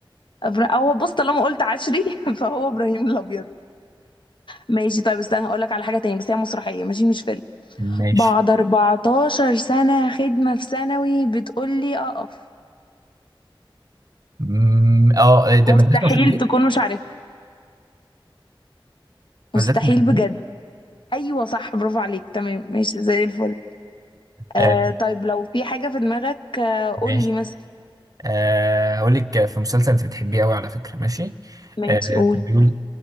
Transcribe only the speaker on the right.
ماشي
مم، اه آه، ده
مدرسه مشاغبين
مدرسه
مشاغبين
آه،
ماشي
آه، اقول لك في مسلسل انت بتحبيه قوي على فكره ماشي
آه،
بيقول